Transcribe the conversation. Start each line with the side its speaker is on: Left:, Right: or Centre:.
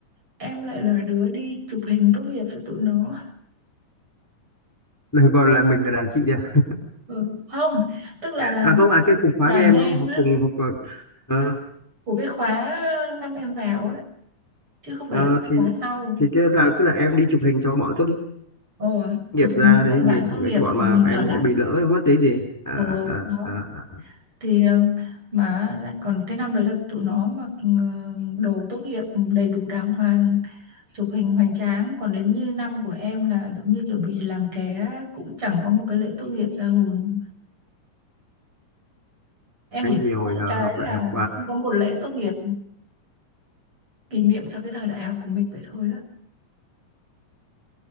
Right: em lại là đứa đi chụp hình tốt nghiệp cho tụi nó
Centre: Được gọi là mình là đàn chị đi à?
Right: ừ. không tức là
Centre: À không, à cái cùng khóa
Right: đàn
Centre: với em
Right: em
Centre: đúng không? Học
Right: á
Centre: cùng học ờ, ờ,
Right: của cái khóa năm em vào á chứ không phải
Centre: ờ,
Right: là cái
Centre: thì
Right: khóa sau
Centre: thì cái là tức là em đi chụp hình cho bọn tốt
Right: ồ
Centre: nghiệp
Right: chụp
Centre: ra
Right: hình cho
Centre: đấy
Right: bọn bạn
Centre: gì
Right: tốt
Centre: với
Right: nghiệp
Centre: cái bọn
Right: còn
Centre: mà
Right: mình
Centre: em,
Right: ở lại
Centre: bị lỡ mất đấy gì à,
Right: ừ,
Centre: à,
Right: đó
Centre: à, à.
Right: thì ờ, mà lại còn cái năm đấy là tụi nó mặc ờ, đồ tốt nghiệp đầy đủ đàng hoàng chụp hình hoành tráng còn đến như năm của em là giống như kiểu bị làm ké cũng chẳng có một cái lễ tốt nghiệp ra hồn em
Centre: Anh
Right: chỉ biết
Centre: thì hồi
Right: mỗi
Centre: ờ,
Right: cái
Centre: học
Right: là
Centre: đại học
Right: không có một lễ tốt nghiệp kỷ niệm cho cái thời đại học của mình vậy thôi á